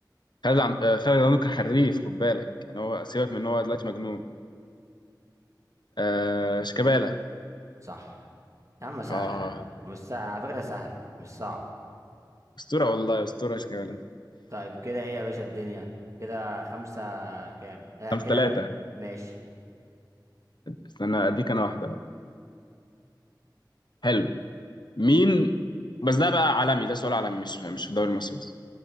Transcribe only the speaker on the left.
خالد عم... آه، خالد عبد المنعم كان حريف خد بالك يعني هو سيبك من ان هو دلوقتي مجنون آه شيكابالا
اه
اسطوره والله اسطوره شيكابالا
خمسة
ثلاثة
استنى اديك انا واحده بقى حلو مين بس ده بقى عالمي ده سؤال عالمي مش مش في الدوري المصري بس